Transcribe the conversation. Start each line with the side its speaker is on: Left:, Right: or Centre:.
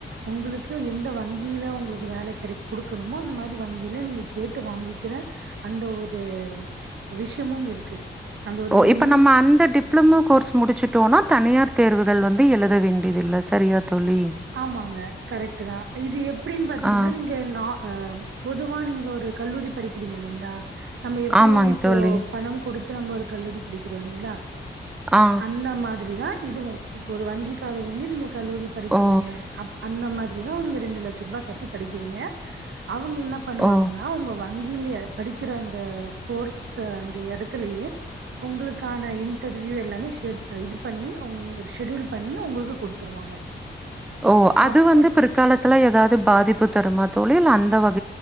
Right: உங்குளுக் கு எந்த வங்கியில உங்குளுக் வேல கிடைக் குடுக்கணுமோ அந்த மாரி வங்கிலெ நீங்க கேட்டு வாங்கிக்கிற அந்த ஒரு விஷ்யமும் இருக்கு அந்த ஒரு
Centre: ஓ
Right: முன்
Centre: இப்ப நம்ம அந்த டிப்ளமோ கோர்ஸ் முடிச்சிட் தோனா தனியார் தேர்வுகள் வந்து எழுத வேண்டியதில்ல சரியா தோழி?
Right: ஆமாங்க கரெக்ட் தா. இது எப்டின்னு பாத்தீங்ன்னா
Centre: ஆ.
Right: நீங்க நார் பொதுவா நீங்க ஒரு கல்லூரி படிக்கிறீங்க இல்லீங்களா நம்ம எப்டி
Centre: ஆமாங்க
Right: இப்போ
Centre: தோழி.
Right: பணம் குடுத் திரும்ப ஒரு கல்லூரி படிக்கிறோ இல்லீங்ளா
Centre: ஆ.
Right: அந்த மாதிரி தா இதுவு இப்போ ஒரு வங்கி காலைலன்னு நீங்க கல்லூரி படிக்
Centre: ஓ!
Right: அப் அந்த மாதிரி தா நீங்க ரெண்டு லட்ச ரூபா கட்டி படிக்கறீங்க அவங்க என்ன பண்ணுவாங்ன்னா
Centre: ஓ!
Right: ஒங்க வங்கியிலய படிக்கிற அந்த கோர்ஸ் அந்த எடத்துலயே உங்களுக்கான இன்டர்வியூ எல்லாமே ஷெட் இது பண்ணி ஷெட்யூல் பண்ணி ஒங்களுக்கு குடுத்துருவாங்க.
Centre: ஓ அது
Right: அப்போ
Centre: வந்து பிற்காலத்துல ஏதாவது பாதிப்பு தருமா தோழி இல்ல அந்த வகுப்